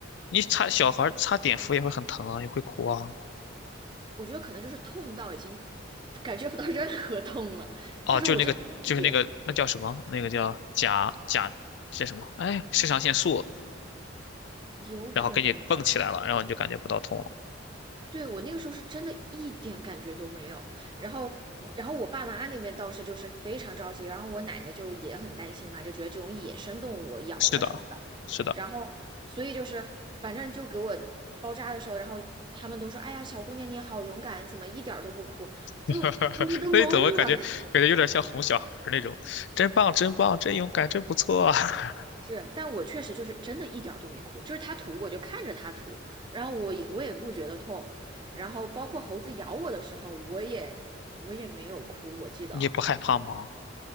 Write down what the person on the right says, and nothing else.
我觉得可能就是痛到已经感觉不到 <laughs> 任何痛了，
就是我真的一点
有可能吧。
对，我那个时候是真的一点感觉都没有，然后，嗯然后我爸妈那边倒是就是非常着急，然后我奶奶就也很担心嘛，就觉得这种野生动物咬了什么的，
然后，所以就是反正就给我包扎的时候，然后他们都说，哎呀，小姑娘你好勇敢，怎么一点儿都不哭？就我都懵了，
是，但我确实就是真的一点儿都没哭，就是他吐我就看着他吐，然后我也我也不觉得痛，然后包括猴子咬我的时候，我也我也没有哭，我记得啊